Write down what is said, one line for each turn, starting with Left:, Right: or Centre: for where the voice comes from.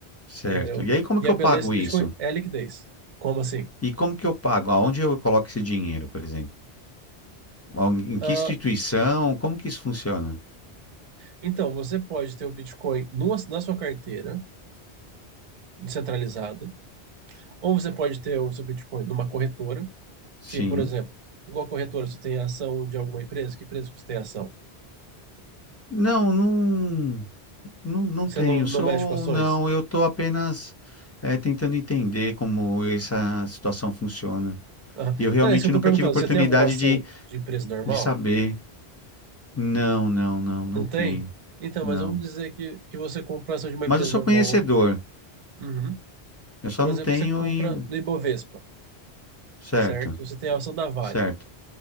Left: certo.
Right: entendeu?
Left: E aí como
Right: E
Left: que
Right: a
Left: eu
Right: beleza
Left: pago
Right: do
Left: isso?
Right: Bitcoin é a liquidez. Como assim?
Left: E como que eu pago? Aonde eu coloco esse dinheiro, por exemplo? Al- Em
Right: Ah,
Left: que instituição? Como que isso funciona?
Right: então, você pode ter o Bitcoin numa- na sua carteira descentralizada, ou você pode ter o seu Bitcoin numa corretora,
Left: Sim.
Right: que, por exemplo, igual a corretora, você tem ação de alguma empresa, que empresa que você tem ação?
Left: Não, não, não, não
Right: Você
Left: tenho.
Right: não,
Left: Sou,
Right: não mexe com ações?
Left: não, eu estou apenas eh, tentando entender como essa situação funciona.
Right: Aham.
Left: E eu realmente
Right: Não, é isso que eu estou
Left: nunca
Right: perguntando.
Left: tive oportunidade
Right: Você tem alguma ação
Left: de,
Right: de empresa normal?
Left: de saber. Não, não, não,
Right: Não
Left: não tenho.
Right: tem? Então,
Left: Não.
Right: mas vamos dizer que, que você compra ação de uma
Left: Mas
Right: empresa
Left: eu sou
Right: normal.
Left: conhecedor.
Right: Uhum.
Left: Eu só
Right: Por
Left: não
Right: exemplo,
Left: tenho
Right: você compra
Left: e.
Right: no Ibovespa,
Left: Certo,
Right: certo? Você tem a ação da Vale,
Left: certo.